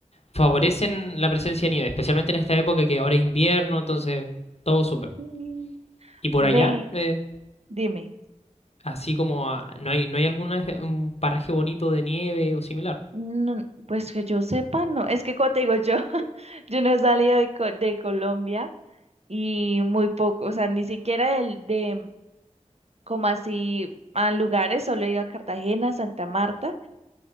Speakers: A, on the left; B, on the right.
A: favorecen la presencia de nieve, especialmente en esta época que ahora es invierno, entonces todo súper.
B: Sí.
A: ¿Y por
B: Ve,
A: allá? eh,
B: dime.
A: así como a- no hay, no hay algún paraje bonito de nieve o similar.
B: No, pues que yo sepa, no. Es que como te digo yo, <laughs> yo no he salido de, Co- de Colombia y muy poco, o sea, ni siquiera del- de, como así a lugares, solo he ido a Cartagena, Santa Marta